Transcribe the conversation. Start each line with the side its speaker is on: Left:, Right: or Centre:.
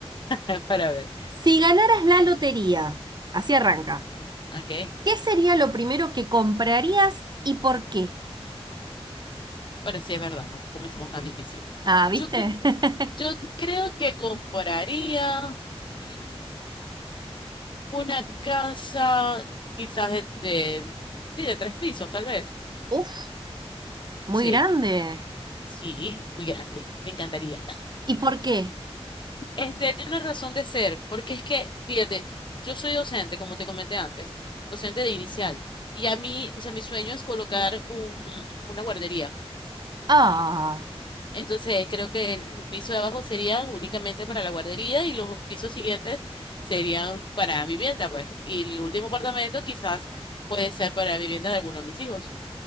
Left: ver. <laughs> Para ver.
Right: Si ganaras la lotería, así arranca,
Left: Ok.
Right: ¿qué sería lo primero que comprarías y por qué?
Left: Bueno, sí, es verdad, no comenzamos tan difícil.
Right: Ah, ¿viste?
Left: Yo, cre-
Right: <laughs>
Left: yo creo que compraría mm, una casa quizás de, de- sí, de tres pisos, tal vez.
Right: Uf, muy
Left: Sí,
Right: grande.
Left: sí, muy grande. Me encantaría.
Right: ¿Y por qué?
Left: Este tiene razón de ser, porque es que, fíjate, yo soy docente, como te comenté antes, docente de inicial, y a mí, o sea, mi sueño es colocar un, una guardería.
Right: Ah,
Left: Entonces, creo que el piso de abajo sería únicamente para la guardería y los pisos siguientes serían para vivienda, pues. Y el último apartamento quizás puede ser para vivienda de alguno de mis hijos.